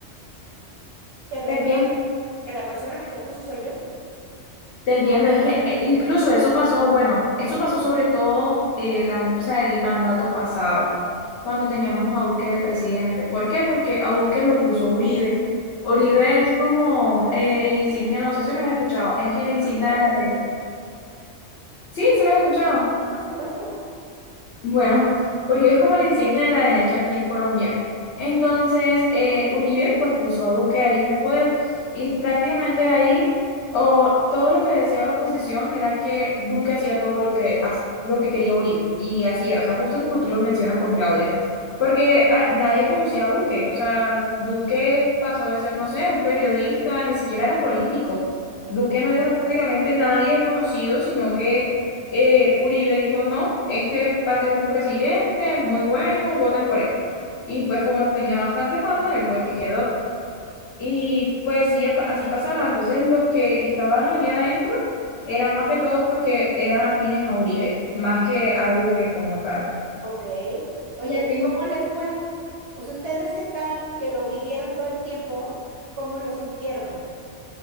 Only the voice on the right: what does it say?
te recuerdo
que la persona que te puso soy yo.
Ok.
Y
por supuesto,
y por supuesto.
Ok. Oye,
¿y
cómo les fue? Pues ustedes que están, que lo vivieron todo el tiempo, ¿cómo lo sintieron?